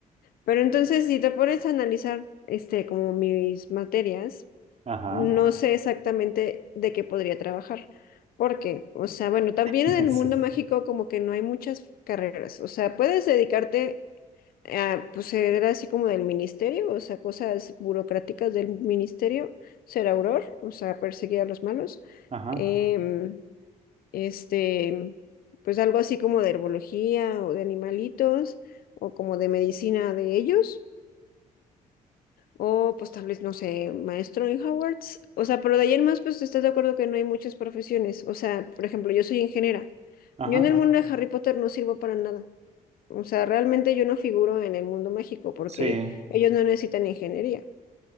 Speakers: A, on the left; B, on the right.
A: Pero entonces, si te pones a analizar, este, como mis materias,
B: ajá,
A: no sé exactamente de qué podría trabajar. Porque, o sea, bueno, también
B: <laughs>
A: en
B: sí,
A: el mundo mágico como que no hay muchas carreras. O sea, puedes dedicarte a, pues, ser así como del ministerio, o sea, cosas burocráticas del ministerio, ser auror, o sea, perseguir a los malos.
B: ajá,
A: Em, este, pues algo así como de herbología o de animalitos o como de medicina de ellos. O pues tal vez, no sé, maestro en Hogwarts. O sea, pero de ahí en más, pues estás de acuerdo que no hay muchas profesiones. O sea, por ejemplo, yo soy ingeniera.
B: ajá,
A: Yo en el mundo de Harry Potter no sirvo para nada. O sea, realmente yo no figuro en el mundo mágico porque
B: sí.
A: ellos no necesitan ingeniería.